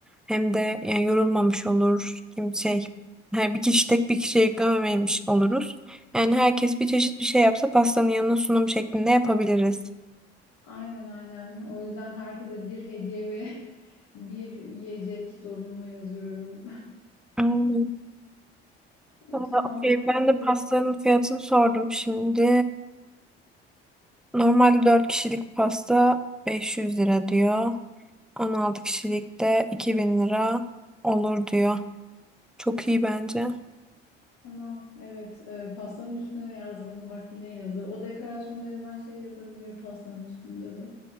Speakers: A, in the centre; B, on the left.
A: Hem de yani yorulmamış olur. Kim şey her bir kişi tek bir kişiye yüklememiş oluruz. Yani herkes bir çeşit bir şey yapsa pastanın yanına sunum şeklinde yapabiliriz.
B: Aynen aynen. O yüzden herkese bir hediye ve <laughs> bir yiyecek zorunlu yazıyorum.
A: Hmm.
B: <laughs>
A: Aa,
B: Tamam
A: okey.
B: pasta.
A: Ben de pastanın fiyatını sordum şimdi. Normalde 4 kişilik pasta 500 lira diyor. 16 kişilik de 2000 lira olur diyor. Çok iyi bence.
B: Tamam, evet. e, pastanın üstüne de yazdıralım. Bak yine yazı. O dekorasyonda yazan şey yazabilir pastanın üstünde de.